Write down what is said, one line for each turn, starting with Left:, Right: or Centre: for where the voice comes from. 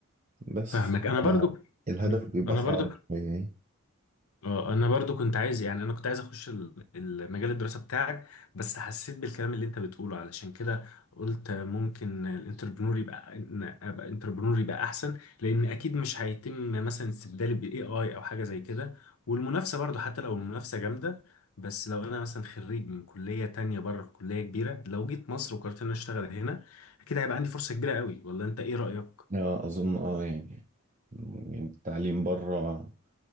Right: بس
Left: فاهمك
Right: ف...
Left: انا برضو
Right: الهدف بيبقى
Left: انا
Right: صعب
Left: برضو
Right: شوية يعني
Left: آه، انا برضو كنت عايز يعني انا كنت عايز اخش ال- المجال الدراسه بتاعك بس حسيت بالكلام اللي انت بتقوله علشان كده قلت ممكن الانتربرنور يبقى إن ابقى انتربرنور يبقى احسن لان اكيد مش هيتم مثلا استبدالي بالاي اي او حاجه زي كده والمنافسه برضو حتى لو المنافسه جامده بس لو انا مثلا خريج من كليه تانية بره كليه كبيره لو جيت مصر وقررت ان أنا اشتغل هنا اكيد هيبقى عندي فرصه كبيره قوي ولا انت ايه رايك
Right: لا اظن اه يعني يعني التعليم بره